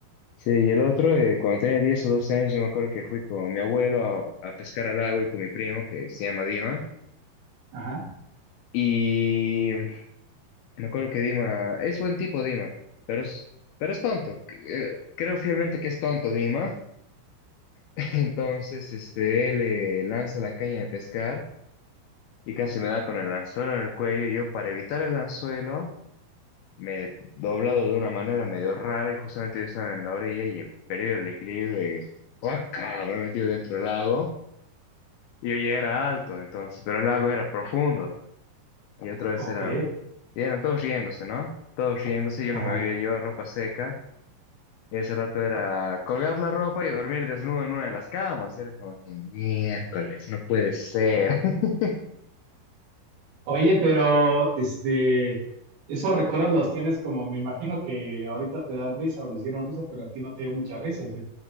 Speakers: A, on the left; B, on the right.
A: Sí, y el otro, eh, cuando tenía 10 o 12 años, yo me acuerdo que fui con mi abuelo a, a pescar al lago y con mi primo, que se llama Dima.
B: Ajá.
A: Y me acuerdo que Dima, es buen tipo Dima, pero es, pero es tonto. Eh, Creo fielmente que es tonto Dima. <laughs> Entonces, este, él eh, lanza la caña de pescar y casi me da con el anzuelo en el cuello. Y yo, para evitar el anzuelo, me he doblado de una manera medio rara y justamente yo estaba en la orilla y he perdido el equilibrio y ¡guaca! me he metido dentro del lago. Y yo ya era alto, entonces, pero el lago era profundo. Y otra vez
B: Ok.
A: eran, y eran todos riéndose, ¿no? Todos riéndose, yo
B: Ajá.
A: no me había llevado ropa seca. Y ese rato era colgar la ropa y dormir desnudo en una de las camas. Era como que miércoles, no puede ser. <laughs>
B: Oye, pero este, esos recuerdos los tienes como, me imagino que ahorita te dan risa o les dieron risa, pero a ti no te dio mucha risa, ¿sí?